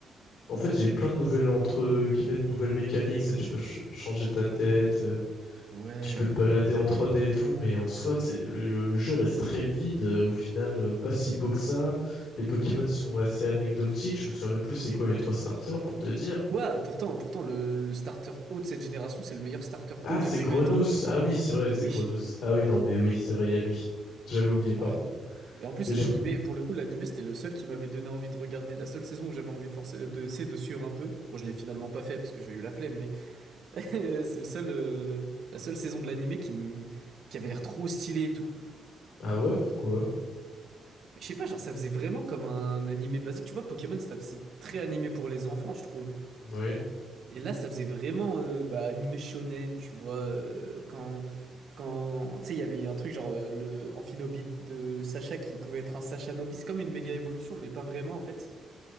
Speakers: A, on the left; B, on the right.
A: en fait, il y a eu plein de nouvelles, entre guillemets, de nouvelles mécaniques. c'est Tu peux ch- changer ta tête, euh,
B: Ouais.
A: tu peux te balader en 3D et tout, mais en soi, t'sais, le, le jeu reste très vide. euh, au final, euh, pas si beau que ça. Les Pokémon sont assez anecdotiques. Je me souviens même plus c'est quoi les trois starters pour te dire.
B: Ouais, pourtant, pourtant le, le starter haut de cette génération, c'est le meilleur starter
A: Ah,
B: haut de
A: c'est
B: tous
A: Grenousse.
B: les temps.
A: Ah oui, c'est vrai, c'est
B: Oui.
A: Grenousse. Ah oui, non, mais oui, c'est vrai, il y a lui. J'avais oublié, pardon.
B: Ouais. Et en plus,
A: Mais j'ai
B: l'animé,
A: oublié.
B: pour le coup, l'animé, c'était le seul qui m'avait donné envie de regarder. La seule saison où j'avais envie forcé euh, de, c'est de suivre un peu. Bon, je l'ai finalement pas fait parce que j'ai eu la flemme, mais <laughs> c'est le seul, euh, la seule saison de l'animé qui, m- qui avait l'air trop stylée et tout.
A: Ah ouais, pourquoi?
B: Mais je sais pas, genre, ça faisait vraiment comme un animé basique. Tu vois, Pokémon, ça- c'est très animé pour les enfants, je trouve.
A: Oui,
B: Et là, ça faisait vraiment euh, bah, animé shonen, tu vois, euh, quand, quand, tu sais, il y avait un truc genre euh, le Amphinobit de Sacha qui pouvait être un Sacha Nobis, c'est comme une méga évolution, mais pas vraiment en fait.